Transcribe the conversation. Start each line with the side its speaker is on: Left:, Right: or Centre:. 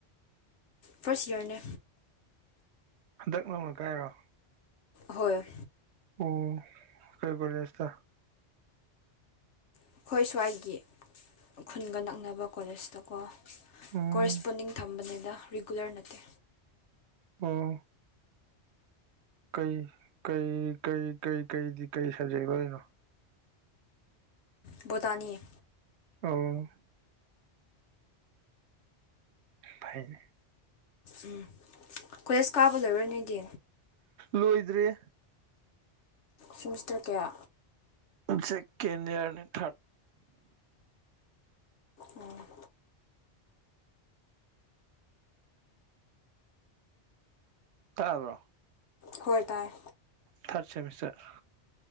Left: ꯐꯥꯔꯁ ꯏꯌꯥꯔꯅꯦ
Right: ꯍꯟꯗꯛ ꯅꯧꯅ ꯀꯥꯏꯔꯣ
Left: ꯍꯣꯏ
Right: ꯑꯣ ꯀꯩ ꯀꯣꯂꯦꯁ ꯇ
Left: ꯑꯩꯈꯣꯏ ꯁ꯭ꯋꯥꯏꯒꯤ ꯈꯨꯟꯒ ꯅꯛꯅꯕ ꯀꯣꯂꯦꯖꯇꯀꯣ
Right: ꯎꯝ
Left: ꯀꯣꯔꯦꯁꯄꯣꯟꯗꯤꯡ ꯊꯝꯕꯅꯦꯗ ꯔꯤꯒꯨꯂꯔ ꯅꯠꯇꯦ
Right: ꯑꯣ ꯀꯩ ꯀꯩ ꯀꯩ ꯀꯩ ꯀꯩꯗꯤ ꯀꯩ ꯁꯕꯖꯦꯛ ꯂꯧꯏꯅꯣ
Left: ꯕꯣꯇꯥꯅꯤ
Right: ꯑꯣ ꯐꯥꯏꯅꯦ
Left: ꯎꯝ ꯀꯣꯏꯂꯦꯁ ꯀꯥꯕ ꯂꯣꯏꯔꯣꯏ ꯅꯣꯏꯗꯤ
Right: ꯂꯣꯏꯗ꯭ꯔꯤꯌꯦ
Left: ꯁꯤꯃꯤꯁꯇꯔ ꯀꯌꯥ
Right: ꯑ ꯁꯦꯀꯦꯟ ꯌꯤꯔꯅꯦ ꯊꯥꯔ
Left: ꯎꯝ
Right: ꯇꯥꯕꯔꯣ
Left: ꯍꯣꯏ ꯇꯥꯏ
Right: ꯊꯥꯔꯠ ꯁꯦꯃꯤꯁꯇꯔ